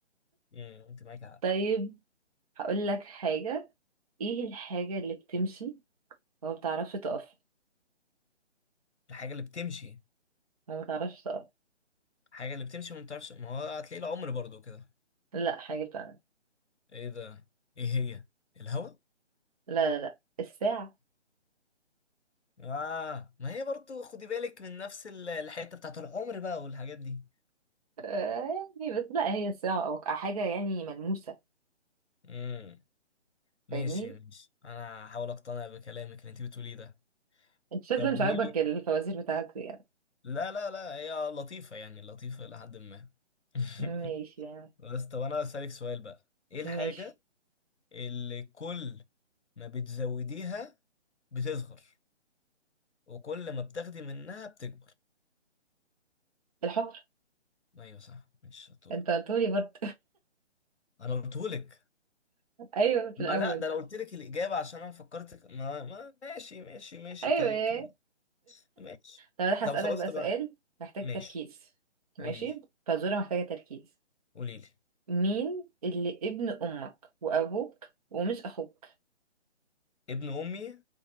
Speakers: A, on the left; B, on the right.
A: مم، أنت معاك حق.
B: طيب هقول لك حاجة ايه الحاجة اللي بتمشي وما بتعرفش تقف
A: الحاجة اللي بتمشي
B: وما بتعرفش تقف
A: الحاجة اللي بتمشي ما بتعرفش ما هو هتلاقي العمر برضو كده
B: لا حاجة بتعمل
A: ايه ده ايه هي الهوا
B: لا لا لا الساعة
A: اه ما هي برضو خدي بالك من نفس ال- الحته بتاعت العمر بقى والحاجات دي
B: آه، يعني بس لا هي الساعة أو حاجة يعني ملموسة
A: امم ماشي
B: فاهمني
A: ماشي انا هحاول اقتنع بكلامك اللي انت بتقوليه ده
B: انت شكلك
A: طب قولي
B: مش عاجبك
A: لي
B: الفوازير بتاعتي يعني
A: لا لا لا هي لطيفه يعني لطيفه لحد ما <laughs>
B: ماشي يعني
A: بس طب انا اسالك سؤال بقى ايه الحاجه
B: ماشي
A: اللي كل ما بتزوديها بتصغر وكل ما بتاخدي منها بتكبر
B: الحفر
A: ايوه صح مش شطوره
B: انت قلتولي برضه
A: انا قلتهولك
B: <laughs> ايوه في
A: ما
B: الأول
A: لا ده لو قلت لك الإجابة عشان أنا فكرتك ما... ما ماشي ماشي ماشي
B: ايوه
A: كلم
B: <laughs>
A: كلم-
B: يا
A: ماشي
B: طب انا
A: طب
B: هسألك
A: خلاص
B: بقى
A: طبعا
B: سؤال محتاج
A: ماشي
B: تركيز
A: قولي
B: ماشي
A: لي
B: فزورة محتاجة تركيز
A: قولي لي
B: مين اللي ابن أمك وأبوك ومش أخوك
A: ابن أمي